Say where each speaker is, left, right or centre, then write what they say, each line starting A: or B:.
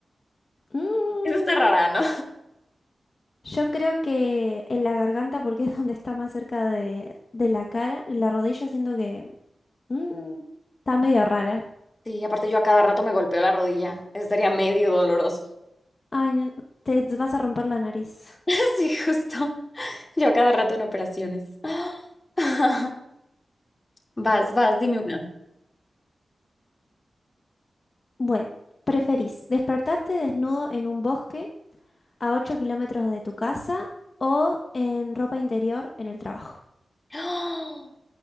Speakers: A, on the left; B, on the left.
A: Mm,
B: Eso está rara, ¿no?
A: yo creo que en la garganta, porque es donde está más cerca de, de la cara, en la rodilla siento que mm, está medio rara.
B: Sí, aparte yo a cada rato me golpeo la rodilla. Estaría medio doloroso.
A: Ay, no, te vas a romper la nariz.
B: <laughs> Sí, justo. Yo a cada rato en operaciones. <laughs> <gasps> Vas, vas, dime una.
A: Bueno, ¿preferís despertarte desnudo en un bosque a 8 kilómetros de tu casa o en ropa interior en el trabajo?
B: <gasps>